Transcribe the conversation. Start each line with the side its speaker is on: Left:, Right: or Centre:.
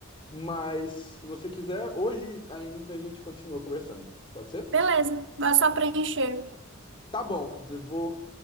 Left: Mas, se você quiser, hoje ainda a gente continua conversando. Pode ser?
Right: Beleza, vai só preencher.
Left: Tá bom, eu vou,